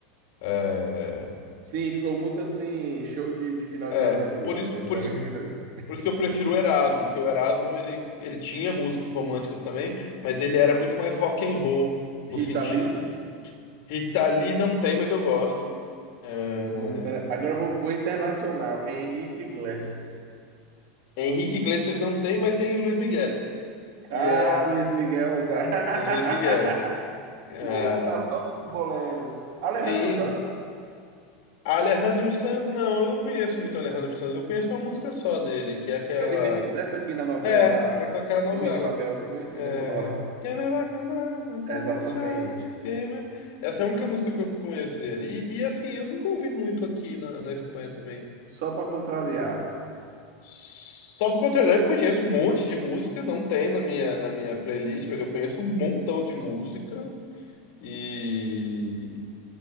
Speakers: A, on the left; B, on the right.
A: É,
B: Sim, ficou muito assim, show de, de final
A: é
B: de ano da Globo,
A: por isso,
B: basicamente
A: por isso,
B: aquilo ali.
A: por isso que eu prefiro o Erasmo, porque o Erasmo ele, ele tinha músicas românticas também, mas ele era muito mais rock and roll no
B: Rita
A: sentido.
B: Lee.
A: Rita Lee não tem, mas eu gosto. É,
B: Hum, inter- agora eu vou, vou internacional. Henrique Iglesias.
A: Henrique Iglesias não tem, mas tem Luiz Miguel. Que
B: Ah,
A: é
B: Luiz Miguel, exato.
A: Tem Luiz Miguel.
B: <laughs>
A: Ah,
B: O homem tá só nos boleros. Alejandro
A: sim.
B: Sanz,
A: Alejandro Sanz, não, eu não conheço muito Alejandro Sanz. Eu conheço uma música só dele, que é aquela.
B: ele fez sucesso aqui na novela
A: É, né, com aquela novela.
B: Torre de Babel, não foi? Trilha
A: É...
B: sonora.
A: Quem me apaixonar, mas emociona,
B: Exatamente.
A: quem me- Essa é a única música que eu conheço dele. E, e, assim, eu nunca ouvi muito aqui na, na Espanha também.
B: Só para contrariar.
A: Só por contrário, eu conheço um monte de música, não tem na minha, na minha playlist, mas eu conheço um montão de música. E,